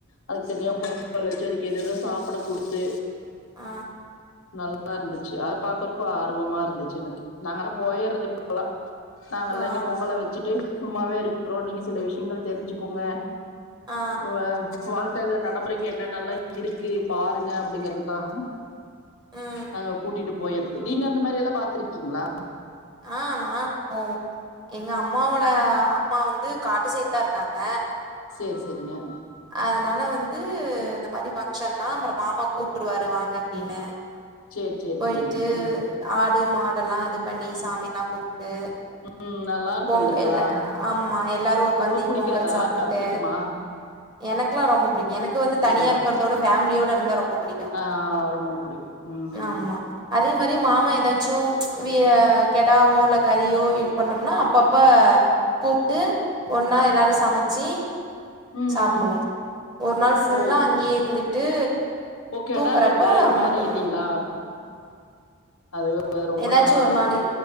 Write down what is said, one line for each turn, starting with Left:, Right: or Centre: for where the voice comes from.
Left: அதுக்குத் தனியா பொங்கல் வச்சு அதுக்கு ஏதேதோ சாப்பட குடுத்து
Right: ஆ
Left: நல்லா இருந்துச்சு அதப் பாக்குறக்கு ஆர்வமா இருந்துச்சு எனக்கு நாங்கன்னா போயிர்றது இப்பல்லா நாங்கல்லா
Right: ஆ
Left: இங்க பொங்கல வச்சுட்டு சும்மாவே இருக்கறோ நீங்க சில விஷயங்கள் தெரிஞ்சுக்கோங்க
Right: ஆ
Left: உவ வாழ்க்கையில நடமுறைக்கு என்னன்ன எல்லா இருக்கு பாருங்க அப்பிடிங்கிறதுக்காக
Right: ம்
Left: அங்க கூட்டிட்டு போயிர்றது நீங்க அந்த மாறி எல்லா பாத்துருக்கீங்களா
Right: ஆ நாங்க போவோ எங்க அம்மாவோட அம்மா வந்து காட்டு சைடு தா இருக்காங்க
Left: சேர் சேரிங்க
Right: அதனால வந்து இந்த மாறி ஃபங்க்ஷன்னா அப்புறோ மாமா கூப்ட்ருவாரு வாங்க அப்பிடின்னு
Left: சேரி சேரி
Right: போயி்ட்டு
Left: சேரிங்க ஆ
Right: ஆடு மாடெல்லா இது பண்ணி சாமியெல்லா கும்ட்டு
Left: உம் நல்லா இருக்கு
Right: பொங்
Left: இல்லைங்களா
Right: எல்லா ஆமா எல்லாரும் உக்காந்தி
Left: உங்களுக்கு புடிக்காதா
Right: பொங்கல் சாப்பிட்டு
Left: புடிக்குமா
Right: எனக்குல்லா ரொம்ப புடிக்கும் எனக்கு வந்து தனியா
Left: ஆ
Right: இருக்கிறத விட ஃபேமிலியோட இருந்தா ரொம்ப புடிக்கு
Left: ஆ ரொம்ப புடிக்கும் உம்
Right: ஆமா அதே மாறி மாமா ஏதாச்சும் கெடாவோ இல்ல கறியோ இது பண்ணம்னா அப்ப கூப்ட்டு ஒன்னா எல்லாரும் சமச்சி
Left: ம்
Right: சாப்புடுவோ ஒரு நாள் ஃபுல்லா
Left: ஓ
Right: அங்கேயே இருந்துட்டு
Left: ஓ கெடா
Right: தூங்கறப்ப
Left: வெட்று மாறி
Right: மட்டு
Left: இல்லீங்ளா அது ரொம்ப
Right: ஏதாச்சும்
Left: நல்லா
Right: ஒரு
Left: இருக்கு
Right: நாளு